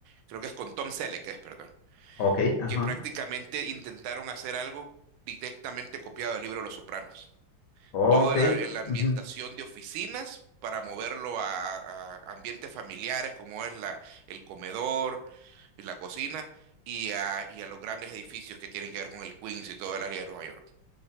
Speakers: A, on the right; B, on the left.
A: creo que es con Tom Selleck, es, perdón,
B: Ok, ajá.
A: que prácticamente intentaron hacer algo directamente copiado del libro Los Sopranos toda
B: Ok.
A: la, eh, la ambientación
B: ujú.
A: de oficinas para moverlo a, a ambientes familiares como es la, el comedor y la cocina y a, y a los grandes edificios que tienen que ver con el Queens y todo el área de Nueva York.